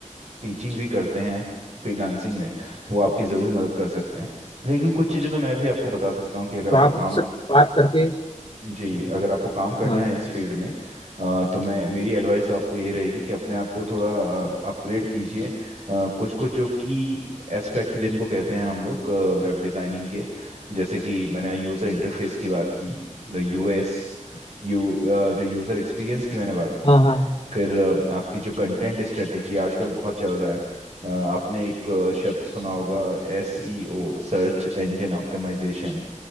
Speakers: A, on the right; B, on the left.
A: टीचिंग भी करते हैं फ्रीलांसिंग में वो आपकी ज़रूर मदद कर सकते हैं लेकिन कुछ चीज़ें तो मैं भी आपको बता सकता हूँ कि अगर आपको
B: तो आप
A: काम
B: उनसे बात करके
A: जी अगर आपको काम करना
B: हाँ
A: है इस फील्ड में अ, तो मैं मेरी एडवाइस तो आपको ये रहेगी कि अपने आप को थोड़ा अपग्रेड कीजिए कुछ कुछ जो की एस्पेक्ट जिनको कहते हैं हम लोग वेब डिजाइनिंग के जैसे कि मैंने यूजर इंटरफेस की बात की द यूएस यू जो यूजर एक्सपीरियंस की मैंने बात की
B: हाँ हाँ हाँ
A: फिर अ, आपकी जो कंटेंट स्ट्रेटेजी आजकल बहुत चल रहा है अ, आपने एक अ, शब्द सुना होगा एसईओ सर्च इंजन ऑप्टिमाइजेशन